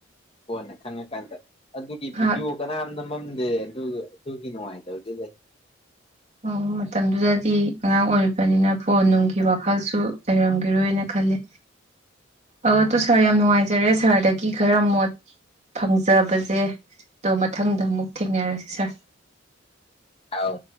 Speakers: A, on the left; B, on the right.
A: ꯀꯣꯅꯦ ꯈꯪꯉꯀꯥꯟꯗ ꯑꯗꯨꯒꯤ
B: ꯉꯍꯥꯛ
A: ꯚꯤꯗꯤꯑꯣ ꯀꯅꯥꯝꯅ ꯃꯝꯗꯦ ꯇ ꯇꯨ ꯀꯅꯣꯉꯥꯏ ꯇꯧ ꯇꯗꯦ ꯂꯩ
B: ꯑꯣ ꯃꯇꯝꯗꯨꯗꯗꯤ ꯑꯉꯥꯡ ꯑꯣꯏꯔꯤꯕ ꯑꯗꯨꯕꯅꯤꯅ ꯐꯣꯟ
A: ꯎꯝ
B: ꯅꯨꯡꯒꯤ ꯋꯥꯈꯜꯁꯨ ꯂꯩꯔꯝꯒꯔꯣꯏꯅ ꯈꯜꯂꯦ ꯑꯗꯣ ꯁꯥꯔ ꯌꯥꯝ ꯅꯨꯡꯉꯥꯏꯖꯔꯦ ꯁꯥꯔꯗꯒꯤ ꯈꯔ ꯃꯣꯠ ꯐꯪꯖꯕꯁꯦ ꯑꯗꯣ ꯃꯊꯪꯗ ꯑꯃꯨꯛ ꯊꯦꯡꯅꯔꯁꯤ ꯁꯥꯔ
A: ꯑꯥꯎ